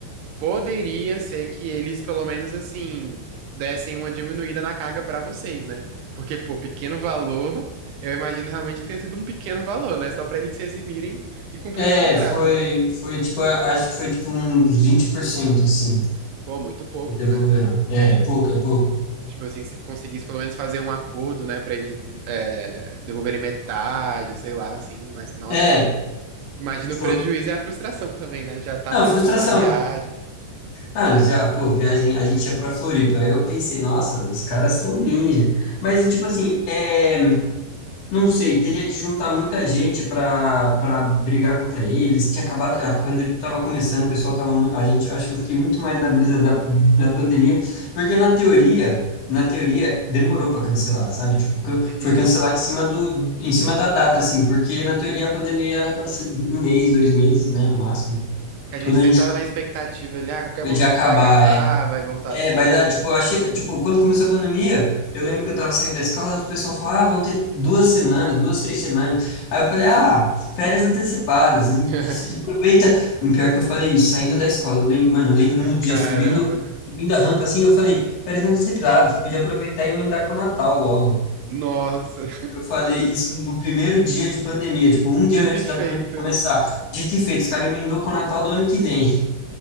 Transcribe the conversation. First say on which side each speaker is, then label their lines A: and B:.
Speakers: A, on the right (about 85°); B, on the left (about 45°).
A: Poderia ser que eles, pelo menos, assim, dessem uma diminuída na carga pra vocês, né? Porque, pô, pequeno valor, eu imagino realmente que tenha sido um pequeno valor, né? Só pra eles se eximirem e cumprirem
B: É,
A: o contrato,
B: foi,
A: né?
B: foi, tipo, acho que foi, tipo, uns 20% assim,
A: Pô, muito pouco,
B: eles devolveram.
A: né?
B: É, pouco, é pouco.
A: Tipo assim, se conseguisse pelo menos fazer um acordo, né, pra eles é, devolverem metade, sei lá, assim. Mas, nossa,
B: É,
A: imagina o
B: foi.
A: prejuízo e a frustração <laughs> também, né? Já tá
B: Não,
A: pensando
B: frustração,
A: na viagem.
B: Ah, nós já, pô, viagem, a gente ia pra Floripa. Aí eu pensei, nossa, os caras são ninja. Mas, é tipo assim, é, não sei, teria que juntar muita gente pra, pra brigar contra eles. Tinha acabado,
A: Aham,
B: a pandemia tava começando, o pessoal tava, mu- a gente, acho que eu fiquei muito mais na brisa da, da pandemia, porque na teoria, na teoria, demorou pra cancelar, sabe? Tipo, can-
A: uhum.
B: foi cancelar em cima do, em cima da data, assim, porque na teoria a pandemia era pra ser um mês, dois meses, né, no máximo.
A: A gente
B: Quando
A: sempre
B: a gente
A: tava na expectativa ali, ah, a qualquer
B: combinou
A: momento
B: de acabar,
A: vai acabar,
B: é.
A: vai voltar
B: É,
A: tudo.
B: vai dar, tipo, eu achei, tipo, quando começou a pandemia, eu lembro que eu tava saindo da escola, o pessoal falou, ah, vão ter duas semanas, duas, três semanas. Aí eu falei, ah, férias antecipadas, e
A: <laughs>
B: se aproveita. Pior que eu falei isso, saindo da escola, eu lembro, mano, eu lembro no dia,
A: Caramba.
B: subindo, subindo a rampa, assim, eu falei, férias antecipadas, podia aproveitar e emendar com o Natal logo.
A: Nossa,
B: Eu falei isso no primeiro dia de pandemia, tipo, um
A: dito
B: dia antes
A: e feito.
B: da pandemia começar. Dito e feito, os caras emendou com o Natal do ano que vem.